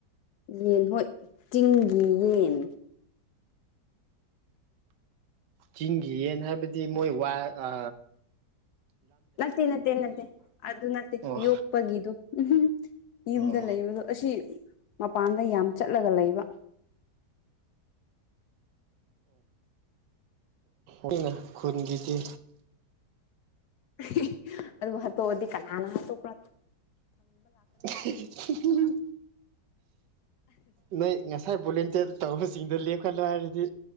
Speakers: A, on the left; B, on the right.
A: ꯌꯦꯟ ꯍꯣꯏ ꯆꯤꯡꯒꯤ ꯌꯦꯟ
B: ꯆꯤꯡꯒꯤ ꯌꯦꯟ ꯍꯥꯏꯕꯗꯤ ꯃꯣꯏ ꯋꯥꯈꯜ ꯑ
A: ꯅꯠꯇꯦ ꯅꯠꯇꯦ ꯅꯠꯇꯦ ꯑꯗꯨ ꯅꯠꯇꯦ
B: ꯑꯣ
A: ꯌꯣꯄꯒꯤꯗꯨ ꯎꯝꯍꯝ ꯌꯨꯝꯗ
B: ꯑꯣ
A: ꯂꯩꯕꯗꯨ ꯑꯁꯤ ꯃꯄꯥꯟꯗ ꯌꯥꯝ ꯆꯠꯂꯒ ꯂꯩꯕ
B: ꯑꯩꯅ ꯈꯨꯟꯒꯤꯗꯤ
A: ꯍꯤ ꯑꯗꯨꯒ ꯍꯥꯠꯇꯣꯛꯑꯗꯤ ꯀꯅꯥꯅ ꯍꯥꯠꯇꯣꯛꯄ
B: ꯑꯍꯤꯍꯤ ꯑꯍꯝꯍꯝ ꯅꯣꯏ ꯉꯁꯥꯏ ꯕꯣꯂꯦꯟ ꯇꯦꯠ ꯇꯧꯕꯁꯤꯡꯗꯣ ꯂꯦꯞꯈꯠꯂꯣ ꯍꯥꯏꯔꯗꯤ